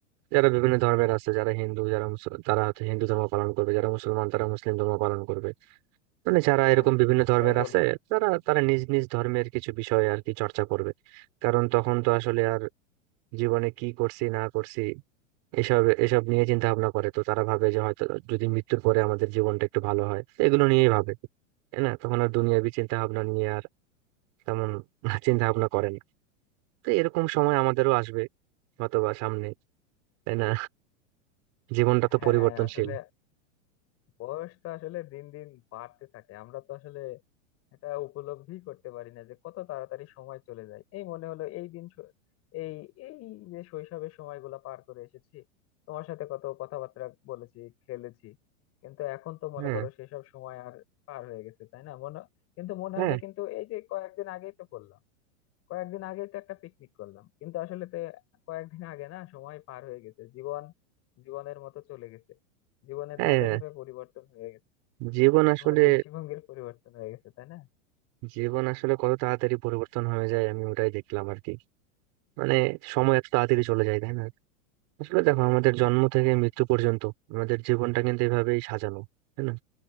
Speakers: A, on the right; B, on the left.
A: যারা বিভিন্ন ধর্মের আছে যারা হিন্দু যারা মুস- তারা হয়তো হিন্দু ধর্ম পালন করবে যারা মুসলমান তারা মুসলিম ধর্ম পালন করবে মানে যারা
B: হ্যাঁ
A: এরকম বিভিন্ন
B: ওটাই
A: ধর্মের
B: বলতে
A: আছে
B: চাচ্ছি
A: তারা তারা নিজ নিজ ধর্মের কিছু বিষয় আর কি চর্চা করবে কারণ তখন তো আসলে আর জীবনে কি করছি না করছি এসব এসব নিয়ে চিন্তা ভাবনা করে তো তারা ভাবে যে হয়তো যদি মৃত্যুর পরে আমাদের জীবনটা একটু ভালো হয় তো এগুলো নিয়েই ভাবে তাই না তখন আর দুনিয়াবি চিন্তা ভাবনা নিয়ে আর তেমন <laughs> চিন্তা ভাবনা করে না তো এরকম সময় আমাদেরও আসবে অথবা সামনে তাই না জীবনটা তো
B: হ্যাঁ
A: পরিবর্তনশীল
B: আসলে বয়স তো আসলে দিন দিন বাড়তে থাকে আমরা তো আসলে এটা উপলব্ধি করতে পারি না যে কত তাড়াতাড়ি সময় চলে যায় এই মনে হলো এই দিন শ- এই এই যে শৈশবের সময়গুলো পার করে এসেছি তোমার সাথে কত কথাবার্তা বলেছি খেলেছি কিন্তু এখন তো মনে
A: হ্যাঁ
B: করো সেসব সময় আর পার হয়ে গেছে তাই না মনে কিন্তু মনে
A: হ্যাঁ
B: হবে কিন্তু এই যে কয়েকদিন আগেই তো করলাম কয়েকদিন আগেই তো একটা পিকনিক করলাম কিন্তু আসলে তো কয়েকদিন আগে না সময় পার হয়ে গেছে জীবন জীবনের মতো চলে গেছে জীবনের
A: হ্যাঁ
B: ধাপে ধাপে পরিবর্তন হয়ে গেছে
A: জীবন আসলে
B: আমার দৃষ্টিভঙ্গির পরিবর্তন হয়ে গেছে তাই না
A: জীবন আসলে কত তাড়াতাড়ি পরিবর্তন হয়ে যায় আমি ওটাই দেখলাম আর কি মানে সময় এত তাড়াতাড়ি চলে যায় তাই না আসলে দেখো আমাদের জন্ম থেকে
B: হ্যাঁ
A: মৃত্যু পর্যন্ত আমাদের জীবনটা কিন্তু এভাবেই সাজানো তাই না